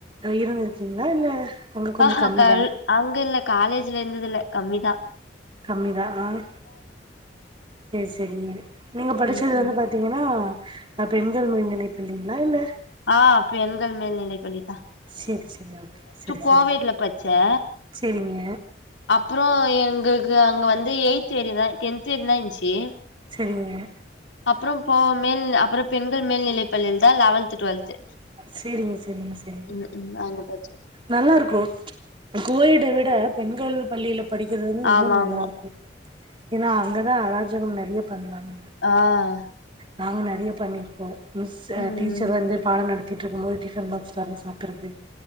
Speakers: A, on the right; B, on the left.
A: இருந்திருக்கீங்களா இல்ல அங்க கொஞ்சோ
B: ஆஹஹ
A: கம்மிதான்
B: கல் அங்கில்ல காலேஜ்ல இருந்ததுல கம்மிதான்
A: கம்மிதான் ஆஹ் செரி செரிங்க நீங்க படிச்சது
B: ம் ம்
A: வந்து பாத்தீங்கன்னா அ பெண்கள் மேல்நிலைய பள்ளிங்களா இல்ல
B: ஆஹ் பெண்கள் மேல்நிலை பள்ளி
A: செரி செரி ஓகே செரி
B: கோவேட்ல
A: செரி செரி
B: படிச்சே
A: செரிங்க
B: அப்புறோ எங்களுக்கு அங்கே வந்து எயி்த் வேரி தான் டென்த் வேரி தான் இருந்துச்சு
A: செரிங்க
B: அப்புறோ போ மேல் அப்புறோ பெண்கள் மேல்நிலைப்பள்ளியில் தான் லெவல்த் டுவெல்த்
A: செரிங்க செரிங்க செரிங்க
B: ம் ம் அங்க படிச்சே
A: நல்லா இருக்கும் கோயடுவி விட பெண்கள் பள்ளியில வந்து படிக்கிறது வந்து
B: ஆமா
A: இன்னும் நல்லா
B: ஆமா
A: இருக்கும் ஏன்னா அங்கதான் அராஜகம் நெறைய பண்லாம்
B: ஆஹ்
A: நாங்க நெறைய பண்ணிருக்கோம் மிஸு
B: ம் ம்.
A: டீச்சர் வந்து பாடம் நட திட்டு இருக்கும் போது டிஃபன் பாக்ஸ் தொறந்து சாப்பிடடுறது